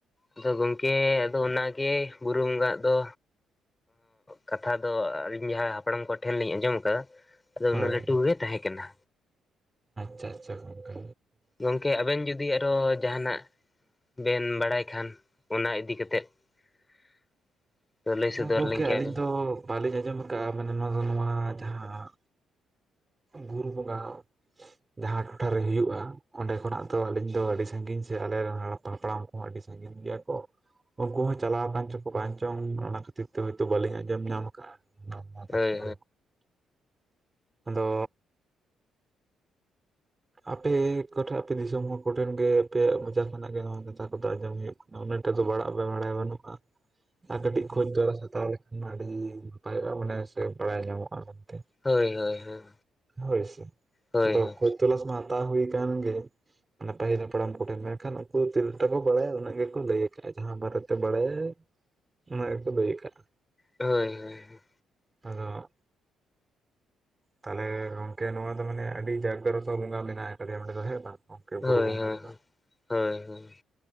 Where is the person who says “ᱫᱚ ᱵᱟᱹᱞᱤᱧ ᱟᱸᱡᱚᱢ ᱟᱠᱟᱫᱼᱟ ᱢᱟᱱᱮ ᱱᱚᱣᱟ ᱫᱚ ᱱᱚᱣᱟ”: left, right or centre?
Right